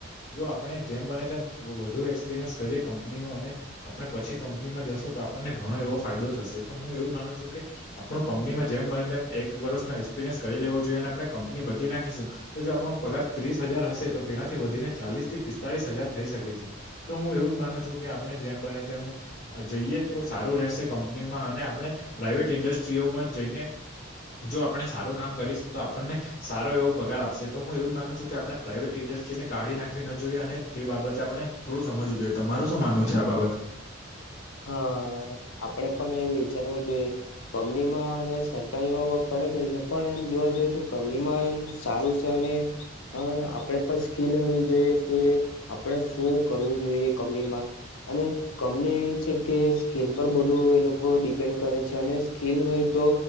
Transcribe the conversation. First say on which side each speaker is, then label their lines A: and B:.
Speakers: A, on the left; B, on the left.
A: જો આપણે જેમ બને તેમ વધુ એક્સપિરિયન્સ કરીએ કંપનીનો અને- - આપણે પછી કંપનીમાં જશું તો આપણને ઘણો એવો ફાયદો થશે તો હું એવું માનું છું કે- - આપણું કંપનીમાં જેમ બને તેમ એક વર્ષનો એક્સપિરિયન્સ કરી લેવો જોઈએ અને આપણે કંપની બઘી નાખીશું. તો જો આપણો પગાર ત્રીસ હજાર હશે તો તેનાથી વધીને ચાલીસ થી પિસ્તાળીસ હજાર થઈ શકે છે. તો હું એવું જ માનું છું કે આપણે જેમ બને તેમ- - જઈએ તો સારું રહેશે કંપનીમાં અને આપણે પ્રાાઈવેટ ઇન્ડસ્ટ્રીઓમાં જઈને- - જો આપણે સારું કામ કરીશું તો આપણને- - સારો એવો પગાર આપશે તો હું એવું માનું છું આપણે પ્રાઇવેટ ઇન્ડસ્ટ્રી ને- - કાઢી નાખવી ન જોઈએ અને તે બાબતે આપણે થોડું સમજવું જોઈએ તમારું શું માનવું છે આ બાબત?
B: હા. આપડે પણ એ વિચારવું જોઈએ- - કંપનીમાં અને સરકારીમાં બહુ ફરક હોય છે પણ એમ જોવા જઈએ તો કંપનીમાં એમ- - સારું છે ને- - હ આપડે પણ સ્કીલ હોવી જોઈએ કે આપણેે શું કરવું જોઈએ કમનીમાં- - અને કમની એવી છે કે સ્કીલ પર બધું એ લોકો ડિપેન્ડ કરે છે અને સ્કીલ હોય તો